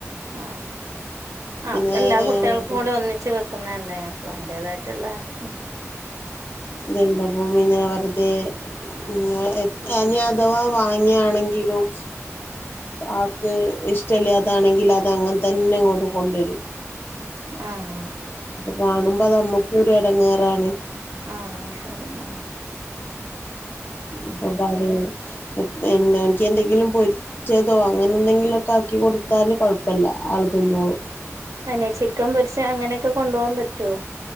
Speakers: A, on the right; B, on the left.
A: ആഹ് ആഹ്
B: പിന്നെ
A: അത് എല്ലാ കുട്ട്യൾക്കും കൂടേ ഒന്നിച്ച് വെ ക്കുന്നല്ലേ അപ്പോ അതിന്റെതായിട്ടുള്ള മ്ഹ്
B: ഇതെന്താ ഭൂമിങ്ങനെ വെറുതെ <unintelligible> ഇനി അഥവാ വാങ്ങിയാണെങ്കിലും ആക്ക് ഇഷ്ടല്ലാതാണെങ്കിൽ അത് അങ്ങനെ തന്നെ ഇങ്ങോട്ട് കൊണ്ടുവരും
A: ആഹ്
B: അപ്പൊ കാണുമ്പോ അത് നമ്മക്ക ഒരു ഇടങ്ങാറാണ്
A: ആഹ ശരി ആഹ
B: അപ്പൊ പറു എനിക്ക് എന്തെങ്കിലും പ ചെയിതോ അങ്ങനെ എന്തെങ്കിലുമൊക്കെ ആക്കി കൊടുത്താല് കുഴപ്പമില്ല ആൾ തിന്നോളൂ
A: അനെ ചിക്കൻ പൊരുച്ച അങ്ങനെയൊക്കെ കൊണ്ട പോകാൻ പറ്റുവോ